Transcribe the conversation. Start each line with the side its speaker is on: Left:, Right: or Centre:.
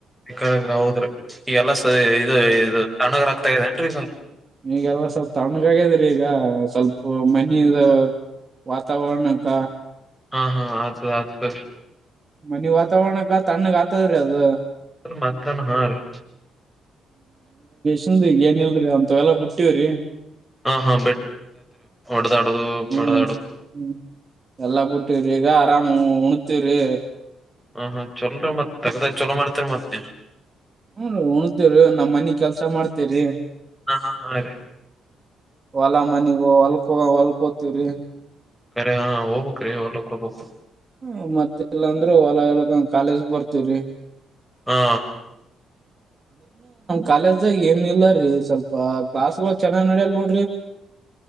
Centre: ಸಿಕ್ಕ ಹೌದ್ರಿ ಈ ಎಲ್ಲ ಸ ಇದು ಇ ತಣಗರ್ ಆಗ್ತಾ ಇದೆೇನ್ರಿ ಈಗ.
Right: ಈಗೆಲ್ಲ ಸ್ವಲ್ಪ ತಣ್ಣಗಾಗದ್ರಿ ಈಗ ಸ್ವಲ್ಪ ಮನಿದು. ವಾತಾವರಣಕ್ಕ.
Centre: ಹಾ ಹಾ ಆತದ ಆತದರಿ.
Right: ಮನಿ ವಾತಾವರಣಕ್ಕ ತಣ್ಣಗ್ ಆತದ್ರೀ ಅದು.
Centre: ಸ ಮತ್ತೆನ್ ಹಾ ರೀ.
Right: ನಂಬುವ್ ಬಿ ಏನ್ ಇಲ್ರರಿ ಅಂತತ್ವೆಲ್ಲ ಬಿಟ್ಟಿವ್ರಿ.
Centre: ಹಾ ಹಾ <inaudible>
Right: ಹ್ಮ್
Centre: ಬಡದಾಡುದು
Right: ಹ್ಮ್ ಎಲ್ಲಾ ಬಿಟ್ಟ ರೀ ಈಗ ಆರಾಮ ಉಣ್ತಿವಿ ರೀ.
Centre: ಹ ಹಾ ಚಲರಿ ಮತ್ ತಗದಾಗ ಚೊಲೋ ಮಾಡ್ತರಿ ಮತ್ ನೀ.
Right: ಹ ಉಣತಿವ ರೀ ನಮ್ಮ್ ಮನಿ ಕೆಲ್ಸ ಮಾಡ್ತೇವರಿ.
Centre: ಹಾ ಹಾ ಹಾ ರೀ
Right: ಹೊಲ ಮನಿಗ ಹೊಲ್ಕೋ ಹೊಲ್ಕೋತೀವ್ರಿ.
Centre: ಕರೆ ಹಾ ಹೋಗಬಬೇಕ್ರೀ ಹೊಲಕ್ ಹೋಗಬಬೇಕು.
Right: ಹ ಮತ್ತೆಲ್ಲಾ ಅಂದ್ರೆ ಹೊಲ ಎ ಕಾಲೇಜ ಬರ್ತವ್ರಿ.
Centre: ಹಾ.
Right: ಕಾಲೇಜ ಏನಿ. ಇಲ್ಲರೀ ಸ್ವಲ್ಪ ಕ್ಲಾಸ್ಗಳು ಚೆನ್ನಾಗ್ ನಡಿಯಲ್ ನೋಡ್ರಿ.